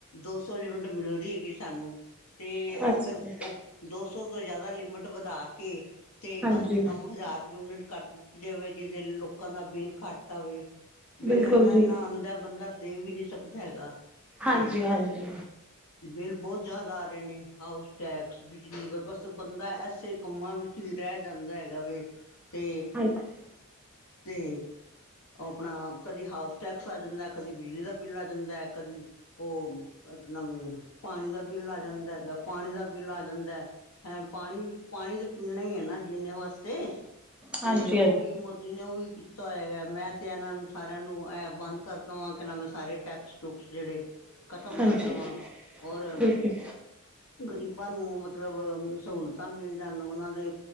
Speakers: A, on the left; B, in the centre.
A: ਦੋ ਸੌ ਯੂਨਿਟ ਮਿਲਦੀ ਹੈਗੀ ਸਾਨੂੰ ਤੇ ਉਹ
B: ਅੱਛਾ
A: ਫੇਰ ਉਹ ਦੋ ਸੌ ਤੋਂ ਜਿਆਦਾ ਲਿਮਿਟ ਵਧਾ ਕੇ ਤੇ
B: ਹਾਂਜੀ
A: ਕਮ ਸੇ ਕਮ ਹਜ਼ਾਰ ਯੂਨਿਟ ਕਰ। ਜਿਵੇਂ ਜਿਵੇਂ ਲੋਕਾਂ ਦਾ ਬਿੱਲ ਘੱਟ ਆਵੇ। ਬਿੱਲ
B: ਬਿਲਕੁਲ
A: ਇੰਨਾ
B: ਜੀ
A: ਇੰਨਾ ਆਉਂਦਾ ਬੰਦਾ ਦੇ ਵੀ ਨਹੀਂ ਸਕਦਾ ਹੈਗਾ ਤੇ।
B: ਹਾਂਜੀ ਹਾਂਜੀ
A: ਬਿੱਲ ਬਹੁਤ ਜ਼ਿਆਦਾ ਆ ਰਹੇ ਨੇ ਹਾਊਸ ਟੈਕਸ ਬਿਜਲੀ। ਬੰਦਾ ਐਸੇ ਕੰਮਾਂ ਵਿੱਚ ਹੀ ਰਹਿ ਜਾਂਦਾ ਹੈਗਾ ਵ ਤੇ
B: ਹਾਂਜੀ
A: ਤੇ ਉਹ ਆਪਣਾ ਕਦੀ ਹਾਊਸ ਟੈਕਸ ਆ ਜਾਂਦਾ ਕਦੀ ਬਿਜਲੀ ਦਾ ਬਿੱਲ ਆ ਜਾਂਦਾ ਹੈ ਕਦੀ ਉਹ <unintelligible> ਪਾਣੀ ਦਾ ਬੀਲ ਆ ਜਾਂਦੈ ਹੈਗਾ ਪਾਣੀ ਦਾ ਪੀਲਾ ਜਾਂਦੈ। ਹੈਂ ਪਾਣੀ ਵੀ ਪਾਣੀ ਤਾਂ ਪੀਣਾ ਹੀ ਹੈ ਨਾ ਜੀਨੇ ਵਾਸਤੇ ਤੇ
B: ਹਾਂਜੀ
A: ਉਹ
B: ਹਾਂਜੀ
A: ਵੀ ਜਿਹਨੇ ਉਹ ਵੀ ਕੀਤਾ ਹੋਇਆਗਾ ਮੈਂ ਤੇ ਇਹਨਾਂ ਨੂੰ ਸਾਰਿਆਂ ਨੂੰ ਬੰਦ ਕਰ ਦੇਵਾਂ ਕਿ ਨਾ ਮੈਂ ਸਾਰੇ ਟੈ ਟੈਕਸ ਟੁਕਸ ਜਿਹੜੇ ਖਤਮ
B: ਹਾਂਜੀ
A: ਕਰਦਾ ਦਵਾਂ ਔਰ।
B: ਬਿਲਕੁਲ
A: ਗ਼ਰੀਬਾਂ ਨੂੰ ਮਤਲਬ ਸਹੂਲਤਾਂ ਮਿਲ ਜਾਣ ਉਹਨਾਂ ਦੇ